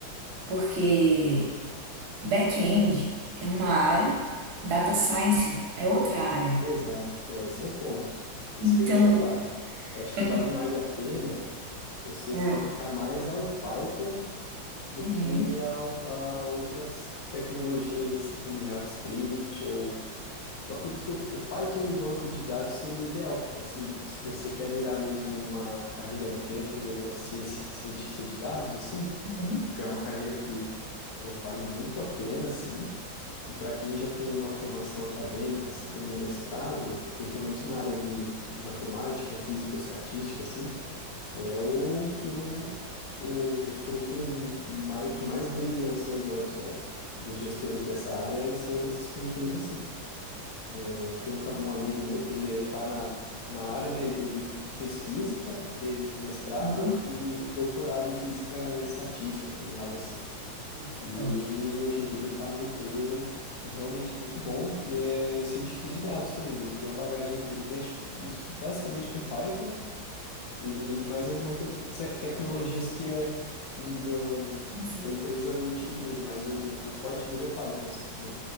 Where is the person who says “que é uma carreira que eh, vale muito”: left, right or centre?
Left